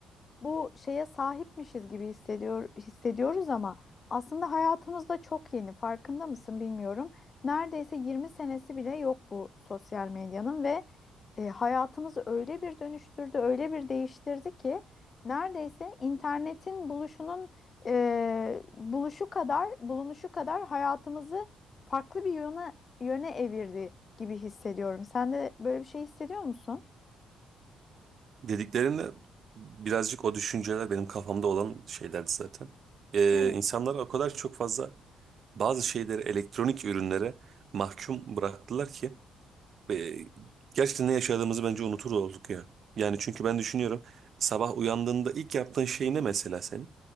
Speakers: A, on the left; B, on the right.
A: bu şeye sahipmişiz gibi hissediyor, hissediyoruz ama aslında hayatımızda çok yeni. Farkında mısın bilmiyorum. Neredeyse 20 senesi bile yok bu sosyal medyanın ve e, hayatımızı öyle bir dönüştürdü, öyle bir değiştirdi ki neredeyse internetin buluşunun e, buluşu kadar, bulunuşu kadar hayatımızı farklı bir yöne yöne evirdi gibi hissediyorum. Sen de böyle bir şey hissediyor musun?
B: Dediklerinde birazcık o düşünceler benim kafamda olan şeylerdi zaten. Ee,
A: Evet.
B: insanlar o kadar çok fazla bazı şeyleri elektronik ürünlere mahkum bıraktılar ki e, gerçekten ne yaşadığımızı bence unutur olduk ya. Yani çünkü ben düşünüyorum sabah uyandığında ilk yaptığın şey ne mesela senin?